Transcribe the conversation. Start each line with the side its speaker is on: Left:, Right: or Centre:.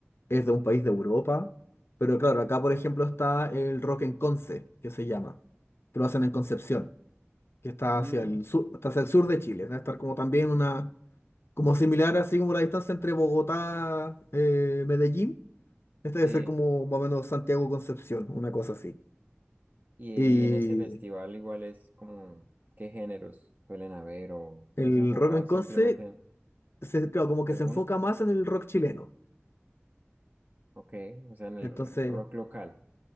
Left: es de un país de Europa, pero claro, acá por ejemplo está el Rock en Conce, que se llama, que lo hacen en Concepción. que está
Right: Mm,
Left: hacia el sur, está hacia el sur de Chile. Debe estar como también una, como similar así como la distancia entre Bogotá, eh, Medellín. Este
Right: sí,
Left: debe ser como más o menos Santiago Concepción, una cosa así.
Right: y, y
Left: Y
Right: en ese festival igual es como, ¿qué géneros suelen haber o
Left: el
Right: es enfocado
Left: rock en Conce,
Right: simplemente en
Left: se, claro, como que
Right: alguno?
Left: se enfoca más en el rock chileno.
Right: Ok, o sea, en el
Left: Entonces,
Right: rock local,